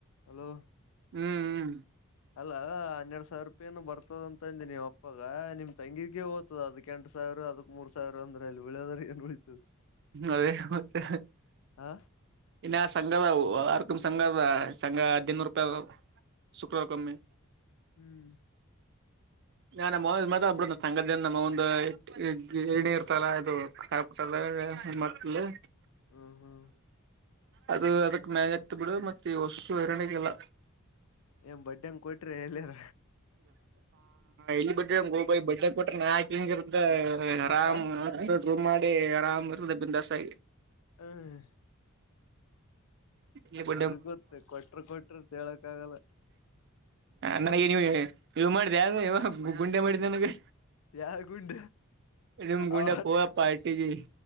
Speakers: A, on the left (about 70°); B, on the right (about 55°).
A: ಹಲೋ
B: ಹ್ಮ್ ಹ್ಮ್
A: ಅಲ್ಲಾ ಹನ್ನೆರಡ್ ಸಾವಿರ ರೂಪಾಯನು ಬರ್ತದ ಅಂತಂದ ನೀವು ಅಪ್ಪಾಗ ನಿಮ್ ತಂಗಿಗೆ ಓದ್ತದ ಅದ್ ಎಂಟು ಸಾವಿರ ಅದಕ್ ಮೂರ್ ಸಾವಿರ ಅಂದ್ರ ಅಲ್ಲಿ ಉಳಿದದ್ರ ಏನ್ ಉಳೀತು
B: ಅದೇ ಮತ್ತೆ
A: ಹಾ
B: ಇನ್ನಾ ಸಂಘದ ಯರ್ಕ ಸಂಘದಾ ಸಂಘ ಹದನೂರು ರೂಪಾಯಿ ಶುಕ್ರ ಕಮ್ಮಿ
A: ಹ್ಮ್
B: <unintelligible> <unintelligible> ಮತ
A: ಹ್ಮ್ ಹ್ಮ್
B: ಅದು ಅದಕ್ ಮ್ಯಾಗತ್ತ ಬಿಡು ಮತ್ತೆ ಈ ಹೊಸ್ಸು ಎರರಣಿಗೆಲ್ಲ
A: ಏನ್ ಬಡ್ಡಂಗ್ ಕೊಟ್ರಿ ಎಲ್ಲಿಾರ
B: ಎಲ್ಲಿ ಬಡ್ ಗೋಬಾಯಿ ಬಡ್ಡಡೆ ಕೊಟ್ರ ನ ಹಂಗಿ ಆರಾಮ್
A: ಆ
B: ಮಾಡಿ ಆರಾಮ್ ಇರುದ ಬಿಂದಾಸಗಿ
A: ಹ್ಮ್
B: <unintelligible> ಹ
A: ಯಾರ ಗೊತ್ತ ಕೊಟ್ರ ಕೊಟ್ರ ಅಂತ ಹೇಳಕ್ ಆಗಲ್ಲ
B: ನನಗೆ ನೀವು ನೀವು ಮಾಡಿದೆ ಯ ಇವ ಗುಂಡೆ ಮಾಡಿದಿ ನನಗೆ
A: ಯಾರ್ ಗುಂಡ
B: ನಿಮ್ ಗುಂಡ್ಯಪ್ಪ
A: ಆ
B: ಹೋಗಪ್ಪ ಇಟ್ಟಿಗಿ